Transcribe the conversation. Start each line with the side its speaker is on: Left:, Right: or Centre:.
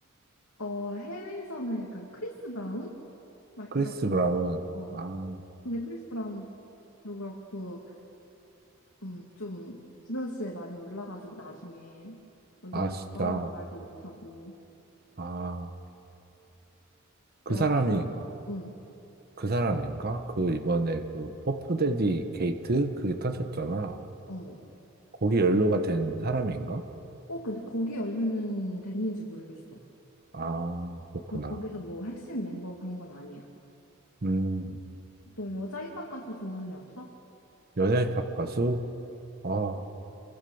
Left: 어, 해외에서는 약간 크리스 브라운? 막
Right: 크리스
Left: 이런
Right: 브라운.
Left: 거
Right: 아,
Left: 근데 크리스 브라운도 그렇고 음, 좀 스트레스에 많이 올라가지고 나중에 어디
Right: 아,
Left: 가서
Right: 진짜.
Left: 좋아한다는 말도 못하고
Right: 아, 그
Left: 여자
Right: 사람이,
Left: 음,
Right: 그 사람인가? 그 이번에 그 퍼프데디 게이트? 그게 터졌잖아.
Left: 어.
Right: 거기 연루가 된 사람인가?
Left: 어, 근데 거기 연류는 됐는지 모르겠어.
Right: 아, 그렇구나.
Left: 그 거기서 뭐 핵심 멤버 그런 건 아니야.
Right: 음,
Left: 너 여자 힙합 가수 좋아하는 애 없어?
Right: 여자 힙합 가수? 아,